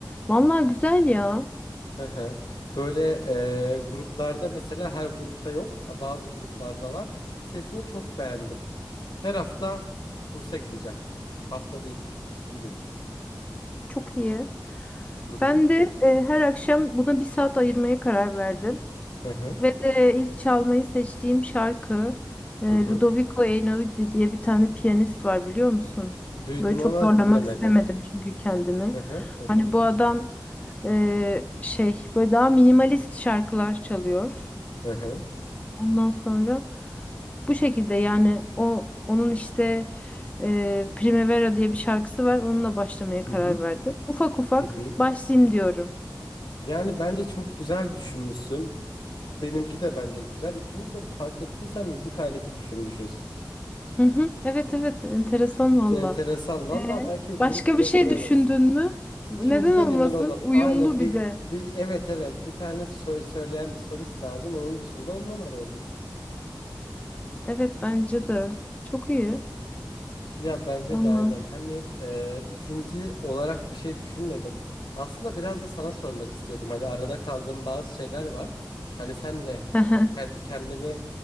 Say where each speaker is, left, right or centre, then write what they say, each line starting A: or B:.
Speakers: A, on the left; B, on the left.
A: Vallahi güzel ya.
B: Hı hı. Böyle e, gruplarda mesela her grupta yok. a- Bazı gruplarda var. Sesini çok beğendim. Her hafta kursa gideceğim. Haftada iki, iki gün.
A: Çok iyi.
B: Hı hı.
A: Ben de e, her akşam buna bir saat ayırmaya karar verdim.
B: Hı hı.
A: Ve de ilk çalmayı seçtiğim şarkı e,
B: Hı hı.
A: Ludovico Einaudi diye bir tane piyanist var biliyor musun?
B: Duydum
A: Böyle çok
B: ama
A: zorlamak
B: dinlemedim.
A: istemedim çünkü kendimi.
B: Hı hı. Hı
A: Hani
B: hı.
A: bu adam e, şey böyle daha minimalist şarkılar çalıyor.
B: Hı hı.
A: Ondan sonra bu şekilde yani o onun işte e, Primavera diye bir şarkısı var. Onunla başlamaya
B: Hı
A: karar
B: hı.
A: verdim. Ufak ufak
B: Hı hı.
A: başlayayım diyorum.
B: Yani bence çok güzel düşünmüşsün. Benimki de bence güzel. İkimiz de fark ettiysen müzik aleti düşünmüşüz.
A: Hı hı. Evet evet enteresan valla.
B: Enteresan. Valla
A: Ee,
B: belki
A: başka
B: grup bile
A: bir şey
B: kurarız.
A: düşündün mü?
B: İkinciden
A: Neden olmasın?
B: emin olam.
A: Uyumlu
B: Aynen bir,
A: bir de.
B: bir evet evet bir tane sö- söyleyen bir solist lazım. Onun dışında on numara olur.
A: Evet bence de. Çok iyi.
B: Ya bence
A: Valla.
B: de aynen. Hani e, ikinci olarak bir şey düşünmedim. Aslında biraz da sana sormak istiyordum. Hani arada kaldığım bazı şeyler var. Hani sen ne?
A: Hı hı.
B: Ken- kendimi